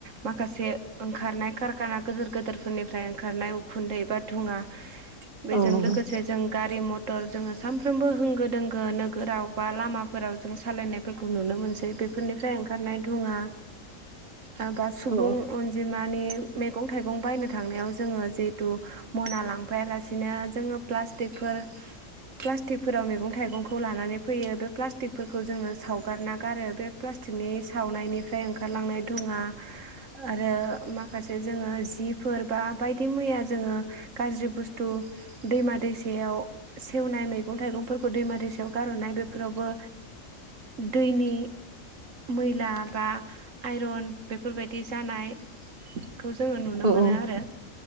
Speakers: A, on the right; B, on the right.
A: माखासे ओंखारनाय कारकाना गोदोर गोदोरफोरनिफ्राय ओंखारनाय उखुन्दै बा धुङा बेजों
B: औ नंगौ
A: लोगोसे जों गारि मटर जोङो सानफ्रोमबो हों <unintelligible> गो दोंगो नोगोराव बा लामाफोराव जों सालायनायफोरखौ नुनो मोनसै बेफोरनिफ्राय ओंखारनाय दुङा ओ बा सुबुं
B: औ
A: अनजिमानि मैगं थाइगं बायनो थांनायाव जोङो जिहेतु मना लांफायालासिनो जोङो प्लास्टिफोर फ्लास्टिक फोराव मैगं थाइगंखौ लानानै फैयो बे प्लास्टिकफोरखौ जोङो सावगारना गारो बे प्लास्टिकनि सावनायनि जाय ओंखारलांनाय धुङा आरो माखासे जोङो जिब फोर बा बायदि मैया जोङो गाज्रि बुस्थु दैमा दैसेायाव सेवनाय मैगं थाइगंफोरखौ दैमा दैसायाव गारह'नाय बेफोरावबो दैनि मैला बा आइरन बेफोरबायदि जानाय खौ जोङो नुनो
B: औ
A: मोनो
B: औ
A: आरो।